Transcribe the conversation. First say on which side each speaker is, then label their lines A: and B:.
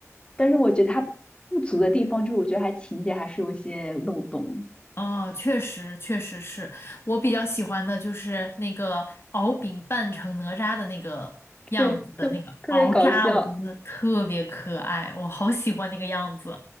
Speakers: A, on the left; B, on the left.
A: 但是我觉得他不足的地方就是我觉得他情节还是有一些漏洞，
B: 哦，确实，确实是我比较喜欢的就是那个敖丙扮成哪吒的那个样子的那个敖吒，
A: 对，特特别搞笑。
B: 我觉得特别可爱，我好喜欢那个样子。